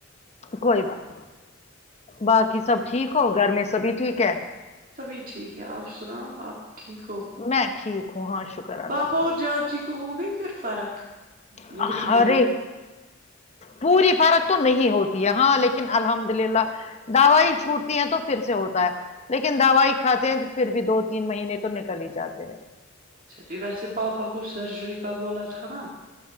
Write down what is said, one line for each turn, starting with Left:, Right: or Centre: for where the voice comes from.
Left: کوئی بات باقی سب ٹھیک ہو گھر میں سبھی ٹھیک ہے
Right: تبھی ٹھیک ہے آپ سناؤ آپ ٹھیک ہو
Left: میں ٹھیک ہوں ہاں شکر اللہ
Right: پاپا اور جارد جی کو ہو گئی پھر فرق
Left: کا
Right: گٹھنوں
Left: ارے
Right: میں
Left: پوری فرق تو نہیں ہوتی ہے ہاں لیکن الحمد للہ دوائی چھوٹتی ہے تو پھر سے ہوتا ہے لیکن دوائی کھاتے ہیں پھر بھی دو تین مہینے تو نکل ہی جاتے ہیں
Right: چھاٹ ویسے پاپا کو سرجری کا بولا تھا نا